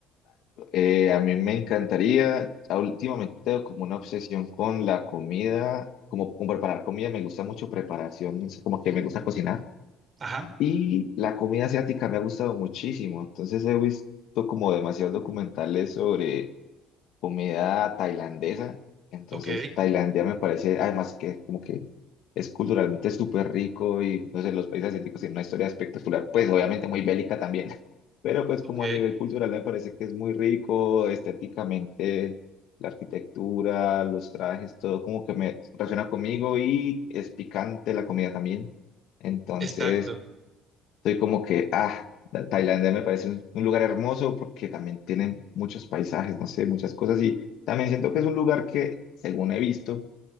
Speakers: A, on the left; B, on the right.
A: Eh, a mí me encantaría, a- últimamente tengo como una obsesión con la comida, como con preparar comida, me gusta mucho preparación, no sé, como que me gusta cocinar.
B: Ajá,
A: Y la comida asiática me ha gustado muchísimo, entonces he visto como demasiados documentales sobre comida tailandesa. Entonces,
B: ok,
A: Tailandia me parece, además que como que es culturalmente súper rico y no sé, los países asiáticos tienen una historia espectacular, pues obviamente muy bélica también, <laughs> pero pues
B: ok,
A: como a nivel cultural me parece que es muy rico, estéticamente, la arquitectura, los trajes, todo como que me relaciona conmigo y es picante la comida también. Entonces,
B: exacto.
A: soy como que, ah, la- Tailandia me parece un, un lugar hermoso porque también tienen muchos paisajes, no sé, muchas cosas. Y también siento que es un lugar que, según he visto,